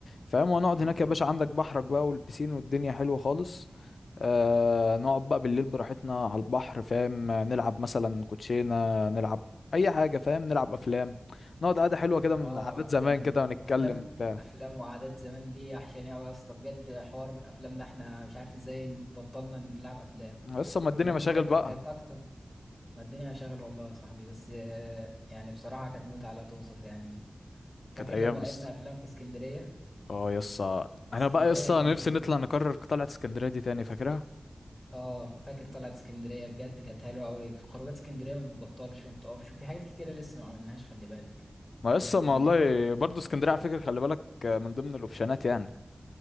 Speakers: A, on the left; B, in the centre.
A: فاهم وهنقعد
B: جامد
A: هناك
B: قوي
A: يا باشا عندك بحرك بقى والبسين والدنيا حلوة خالص آه نقعد بقى بالليل براحتنا على البحر فاهم نلعب مثلا كوتشينة نلعب أي حاجة فاهم نلعب أفلام نقعد قعدة حلوة كده من
B: اه
A: عادات
B: افلام
A: زمان كده ونتكلم
B: افلام
A: وبتاع
B: افلام وعادات زمان دي وحشاني قوي يا اسطى بجد حوار افلام ده احنا مش عارف ازاي بطلنا نلعب افلام
A: يس ما الدنيا
B: افلام
A: مشاغل
B: دي كانت
A: بقى
B: كانت اكتر ما الدنيا شغل والله يا صاحبي بس آه، يعني بصراحة كانت متعة لا توصف يعني فاكر
A: كانت ايام
B: لما لعبنا
A: يس
B: افلام في اسكندرية
A: اه يس انا
B: اسكندرية
A: بقى يس نفسي
B: كمان
A: نطلع نكرر طلعت اسكندريه دي تاني فاكرها
B: اه فاكر طلعت اسكندرية بجد كانت حلوة قوي خروجات اسكندرية ما بتبطلش وما بتقفش وفي حاجات كتيرة لسه ما عملناش خلي بالك
A: ما
B: فاحنا
A: يس
B: اسكندرية
A: ما والله
B: برضو
A: برضه اسكندريه على فكره خلي بالك من ضمن الاوبشنات يعني